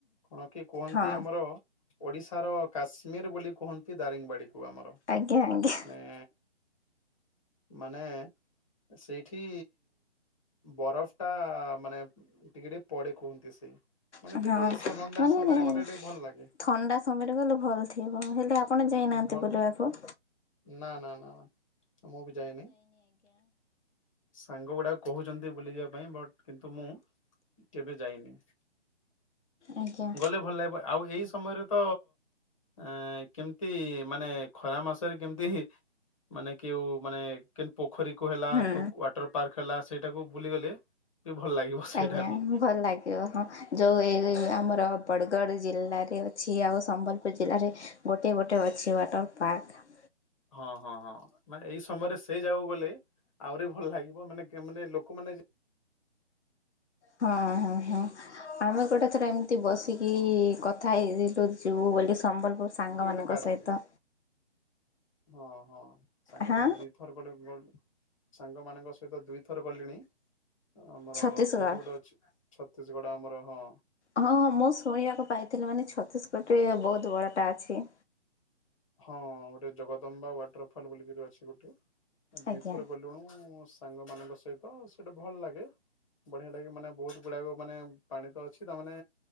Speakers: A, on the left (about 30°); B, on the left (about 75°).
A: କଣ କିଏ କୁହନ୍ତି
B: ହଁ।
A: ଆମର। ଓଡ଼ିଶାର କାଶ୍ମୀର ବୋଲି କୁହନ୍ତି ଦାରିଙ୍ଗବାଡ଼ିକୁ। ଆମର
B: ଆଜ୍ଞା ଆଜ୍ଞା।
A: ମାନେ। ମାନେ ସେଇଠି ବରଫ ଟା ମାନେ ଟିକେ ଟିକେ ପଡେ କୁହନ୍ତି ସେ। ମାନେ
B: ହଁ ମାନେ
A: ଟିକେ ଏଇ ଥଣ୍ଡା ସମୟରେ ଗଲେ ଟିକେ ଭଲ ଲାଗେ
B: ଥଣ୍ଡା ସମୟରେ ଗଲେ ଭଲ୍ ଥିବ ହେଲେ ଆପଣ ଯାଇନାହାନ୍ତି
A: ଭଲ
B: ବୁଲିବାକୁା
A: ନା ନା ନା ନା। ମୁଁ ବି ଯାଇନି ସାଙ୍ଗ ଗୁଡାକ କହୁଛନ୍ତି ବୁଲିଯିବା ପାଇଁ ବଟ୍ କିନ୍ତୁ ମୁଁ କେବେ ଯାଇନି।
B: ଆଜ୍ଞା।
A: ଗଲେ ଭଲ ଲାଗିବ ଆଉ ଏଇ ସ ସମୟରେ ତ ଏଁ କେମିତି ମାନେ ଖରା ମାସରେ କେମିତି ମାନେ କେଉ ମାନେ କେନ୍ ପୋକ। ପୋଖରୀ ହେଲା
B: ହୁଁ।
A: କି ୱାଟର ପାର୍କ ହେଲା ସେଇଟାକୁ ବୁଲିଗଲେ। ବି ଭଲ ଲାଗିବ ସେଇଟା
B: ଆଜ୍ଞା
A: ବି
B: ଭଲ ଲାଗିବ ହଁ ଯୋଉ ଏଇ ଆମର। ବଡ଼ଗଡ଼ ଜିଲ୍ଲାରେ ଅଛି ଆଉ ସମ୍ବଲପୁର୍ ଜିଲ୍ଲା ଜିଲ୍ଲାରେ ଗୋଟଏ ଗୋଟେ ଅଛି। ଅଛି ୱାଟର ପାର୍କ।
A: ହଁ ହଁ ହଁ ମାନେ ଏଇ ସମୟରେ ସେ ଯାଉ ଗଲେ ଆହୁରି ଭଲ ଲାଗିବ ମାନେ ମାନେ ଲୋକମାନେ
B: ହଁ ହଁ ହଁ ଆମେ ଗୋଟେ ଥର ଏମିତି ବସିକି କଥା ହେଇଥିଲୁ ଯିବୁ ବୋଲି ସମ୍ବଲପୁର ମୋ ସାଙ୍ଗ ମାନଙ୍କ
A: ଗଲେ ଗାଧାନ୍ତି
B: ସହିତ।
A: ହଁ ହଁ। ସାଙ୍ଗମାନେ
B: ହାଁ
A: ଦିଥର ଗଲେ ଗ ସାଙ୍ଗମାନାନଙ୍କ ସହିତ ଦୁଇଥର ଗଲିଣି। ଆମର
B: ଛତିଶଗଡ଼।
A: ସେଇଠି ଗୋଟେ ଅଛି ଛତିଶଗଡ ଆମର। ହଁ
B: ହଁ ହଁ ମୁଁ ଶୁଣିବାକୁ ପାଇଥିଲି ମାନେ ଛତିଶଗଡ଼ ଗୋଟେ ବହୁତ ବଡଟା ଅଛି।
A: ହଁ ଗୋଟେ ଜଗଦମ୍ବା ୱାଟର ଫଲ ବୋଲିକରି ଅଛି ଗୋଟେ ଦିଥର
B: ଆଜ୍ଞା
A: ଗଲୁଣୁ ସେ ସାଙ୍ଗ ମାନଙ୍କ ସହିତ ସେଇଟା ଭଲ ଲାଗେ ବଢିଆ ଲାଗେ ମାନେ ବହୁତ ଗୁଡାକ ମାନେ ପାଣି ତ ଅଛି ତାମାନେ